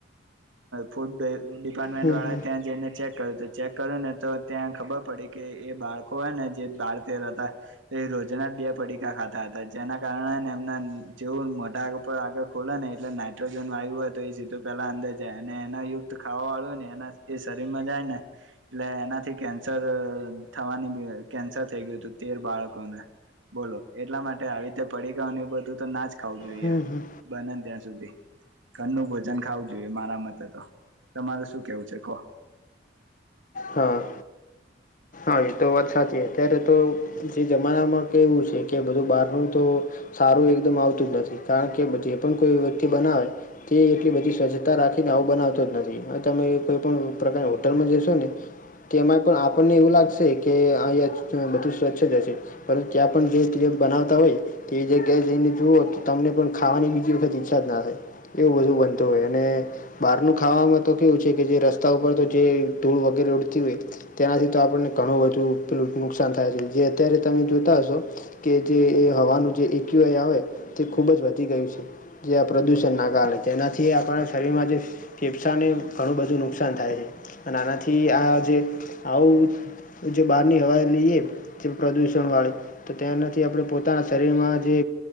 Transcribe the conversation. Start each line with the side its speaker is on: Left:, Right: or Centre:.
Right: ફૂડ. ડિપાર્ટમેન્ટ
Left: હમ
Right: વાળા
Left: હમ
Right: ત્યાં જઈને ચેક કર્યું હતું ચેક કરું ને. તો ત્યાં ખબર પડી કે એ બાળકો હોય ને જે બાળતેર હતા. રોજના બે પડીકા ખાતા હતા જેના કારણે એમના જેવું મોઢા આગળ ખોલે ને એટલે નાઇટ્રોજન વાયુ હોય તો એ સીધું પેલા અંદર જાય અને એના યુક્ત ખાવા વાળું હોય ને એના એ શરીર મજાાય ને એટલે એનાથી કેન્સર થવાની કેન્સર થઈ ગયું હતું તેર બાળકોને. બોલો એટલા માટે આવી રીતે પડી ગ એ બધું તો ના જ ખાવું જોઈએ
Left: હમ હમ
Right: બને ત્યાં સુધી. ઘરનું ભોજન ખાવું જોઈએ મારા મતે તો, તમાર શું કેવું છે કહો?
Left: હા
Right: હ.
Left: હા એ તો વાત સાચી અત્યારે તો જે જમાનામાં કહેવું છે કે બધું બહારનું તો સારું એકદમ આવતું જ નથી કારણ કે જે પણ કોઈ વ્યક્તિ બનાવે. તે એટલી બધી સ્વચ્છતા રાખીને આવું બનાવતો જ નથી હવે તમે કોઈ પણ પ્રકારની હોટલમાં જશો ને તેમાં પણ આપણને એવું લાગશે કે અહીંયા બધું સ્વચ્છ જશે. પરંત ત્યાં પણ જે ત બનાવતા હોય. તે જગ્યા જઈને જુઓ કે તમને પણ ખાવાની બીજી વખત ઈચ્છા જ ના થાય. એવું બધું બનતું હોય અને બહારનું ખાવામાં તો કેવું છે કે જે રસ્તા ઉપર તો જે ધૂળ વગેરે ઉડતી હોય તેનાથી તો આપણને ઘણું બધું પેલું નુકસાન થાય છે જે અત્યારે તમે જોતા હશો. કે જે એ હવાનું જે એક્યુઆઈ આવે તે ખૂબ જ વધી ગયું છે. જે આ પ્રદૂષણ ના કારણે તેનાથી આપણા શરીરમાં જે ફેફસાને ઘણું બધું નુકસાન થાય છે અને આનાથી આ જે આવું જો બહારની હવા લઈએ જે પ્રદુષણ વાળી-' તો તે્યાંનાથી આપણે પોતાના શરીરમાં જે.